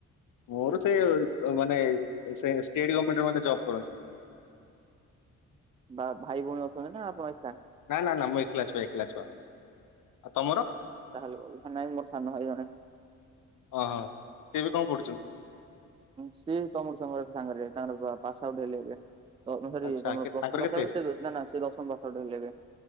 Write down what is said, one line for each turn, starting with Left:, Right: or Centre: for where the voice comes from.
Left: ମୋର ସେ ମାନେ ଷ୍ଟେଟ ଗଭଣମେଣ୍ଟ ମାନେ ଜବ୍ କରନ୍ତି।
Right: ବା ଭାଇ ଭଉଣୀ ଅଛନ୍ତି ନା ଆପଣ ଏକା।
Left: ନା ନା ନା ମୁଁ ଏକେଲା ଛୁଆ ଏକଲା ଛୁଆ। ଆଉ ତମର।
Right: ତାହେଲେ ଓ ନାଇଁ ସାନ ଭାଇ ଜଣେ।
Left: ଓହୋ ସେ ବି କଣ ପଢୁଛନ୍ତି?
Right: ସିଏ ତମର ସାଙ୍ଗରେ ସାଙ୍ଗରେ ତାଙ୍କର ପାସ୍ ଆଉଟ୍ ହେଲେ ଏବେ। ତ ସରି
Left: ଆଚ୍ଛା
Right: ତମର
Left: କେ-
Right: ପ୍ଲସ
Left: ତାଙ୍କର
Right: ଟୁ ପାସ୍
Left: କେତେ
Right: ଆଉଟ୍ ନା ନା ସେ ଦଶମ ପାସ୍ ଆଉଟ୍ ହେଲେ ଏବେ।